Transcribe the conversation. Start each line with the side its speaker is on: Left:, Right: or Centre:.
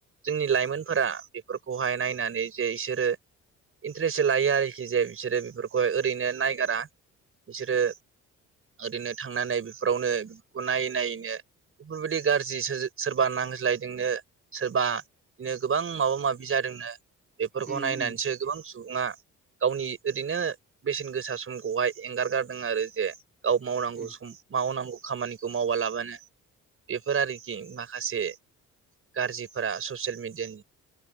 Right: जोंनि लाइमोनफोरा बेफोरखौहाय नायनानै जे इसोरो इन्ट्रेस्टसो लायो आरोखि जे बिसोरो बेफोरखौहाय ओरैनो नायगारा बिसोरो ओरैनो थांनानै बिफोरावनो बिफोरखौ नायै नायैनो बिफोरबायदि गारजि सोरजो - सोरबा नांज्लायदोंनो सोरबानो गोबां माबा माबि जादोंनो बेफोरखौ
Centre: उम
Right: नायनानैसो
Centre: उम
Right: गोबां सुबुङा गावनि ओरैनो बेसेन गोसा समखौहाय एंगारगारदों आरो जे गाव मावनांगौ
Centre: उम
Right: सम मावनांगौ खामानिखौ मावालाबानो बेफोर आरोखि माखासे गारजिफोरा ससियेल मिडियानि